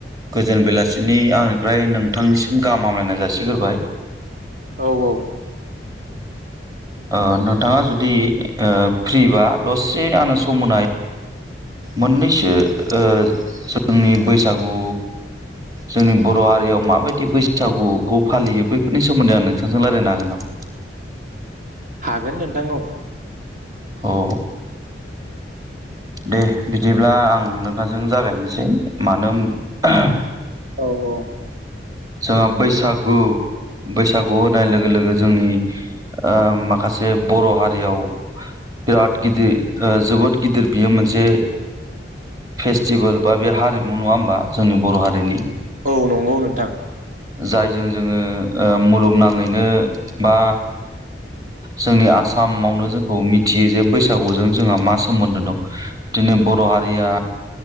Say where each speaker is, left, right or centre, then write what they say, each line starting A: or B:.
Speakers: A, on the right; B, on the right.
A: गोजोन बेलासिनि आंनिफ्राय नोंथांनिसिम गाहाम हामलायनाय जासिग्रोबाय।
B: औ औ
A: ओ नोंथाङा जुदि ओ फ्रिबा दसे आनो सम होनाय मोननैसो ओ जोंनि बैसागु जोंनि बर' हारियाव माबायदि बैसागुखौ फालियो बैफोरनि सोमोन्दै आं नोंथांजों रायलायनो हागोन नामा?
B: हागोन नोंथां औ।
A: औ दे बिदिब्ला आं नों थां जों जागायनोसै मानो होम
B: औ औ
A: जोंहा बैसागु बैसागु होननाय लोगो लोगो जोंनि ओ माखासे बर' हारियाव बिराद गिदिर जोबोद गिदिर बियो मोनसे फेस्टिभेल बा बे हारिमु नङा होमबा जोंनि बर' हारिनि?
B: औ नंगौ नोंथां।
A: जायजों जोङो मुलुगनाङैनो बा जोंनि आसामावनो जोंखौ मिथि मिथियो जे बैसागुजों जोंहा मा सोमोन्दो दं दिनै बर' हारिया